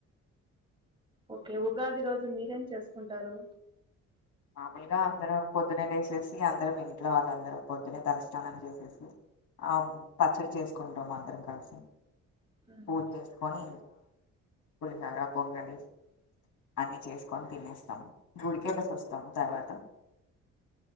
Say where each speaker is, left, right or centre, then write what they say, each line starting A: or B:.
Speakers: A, on the right; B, on the left.
A: ఓకే ఉగాది రోజు మీరేం చేసుకుంటారు
B: మామూలుగా అందరం పొద్దునే లేేసేసి అందరం ఇంట్లో వాళ్ళ అందరం పొద్దునే తలస్నానం చేసేసి ఆ పచ్చడి చేసుకుంటాం అందరం కలిసి
A: ఉమ్,
B: పూజ చేసుకొని పులిహారా పొంగలి అన్ని చేసుకొని తినేస్తాం గుడికే వస్తాము తర్వాత